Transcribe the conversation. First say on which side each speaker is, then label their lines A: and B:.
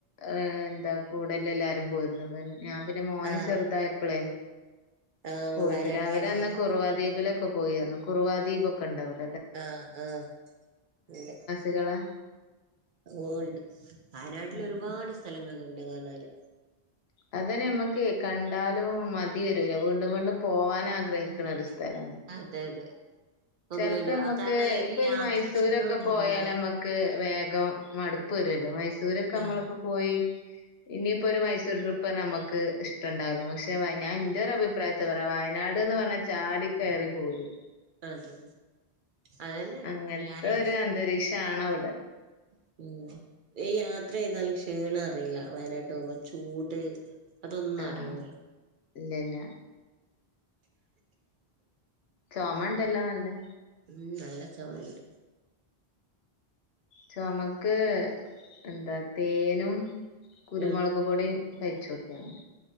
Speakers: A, on the left (about 75°); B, on the right (about 55°).
A: ആ എന്താ കൂടലിലെല്ലാരും പോയിരുന്നു വെൻ ഞാൻ പിന്നെ മോന്
B: ആ
A: ചെറുതായപ്പളെ
B: ആ
A: പോയിട്ടില്ല
B: വയനാട്ടിലൊക്കെ
A: അവരന്നാ
B: പോയതാ
A: കുറവാദ്വീപിലൊക്ക് പ്പ പോയാരുന്നു കുറവാ ദീപൊക്ക ഒണ്ടവിടെ
B: ആഹ് ആഹ് <unintelligible>
A: ഇതിലൊള്ളെ
B: ഓ ഉണ്ട് വയനാട്ടില്
A: ഉം
B: ഒരുപാട് സ്ഥലങ്ങളുണ്ട് കാണാന്
A: അതന്നെ നമ്മക്ക് കണ്ടാലും മതി വരൂല വീണ്ടും വീണ്ടും പോവാൻ ആഗ്രഹിക്കണ
B: ഉം
A: ഒരു സ്ഥലാണ്
B: അതെ അതെ നമുക്ക്
A: ചെലപ്പോ
B: വീണ്ടും
A: നമ്മക്ക്
B: കാരണം ഒരു
A: ഇപ്പൊ
B: യാത്രാക്ഷീണോന്ന്
A: ഈ മൈസൂരൊക്കെ
B: തോന്നൂല
A: പോയാൽ നമ്മക്ക് വേഗ ക്ക മടുപ്പ് വരുഅല്ലോ മൈസൂരക്ക നമ്മളിപ്പൊ
B: ആ
A: പോയി ഇനിപ്പൊര് മൈസ് ട്രിപ്പാണ് നമക്ക് ഇഷ്ടണ്ടാവില്ല പക്ഷെ വയനാ എന്റെ ഒരു അഭിപ്രായത്തിൽ പറയാ വയനാട് എന്ന് പറഞ്ഞാൽ ചാടി കയറി പോരും
B: അതെതെ അതന്നെ
A: അങ്ങനത്തെ
B: എല്ലാരെയും അവസ്ഥ
A: ഒരു അന്തരീക്ഷാണ് അവിടെ
B: <inaudible> ഉം യാത്ര ചെയ്താൽ ക്ഷീണം അറിയില്ല വയനാട്ട് പോകുമ്പോ ചൂട് അതൊന്നും
A: ആഹ്
B: അറിയൂല്ല
A: ഇല്ലല്ല ചൊമ ഉണ്ടല്ലോ നല്ലേ
B: ഉം നല്ല ചൊമണ്ട്
A: ചൊമക്ക് എന്താ തേനും കുരുമുളക്
B: ആഹ്
A: പൊടീം കഴിച്ചോക്കിയാ മതി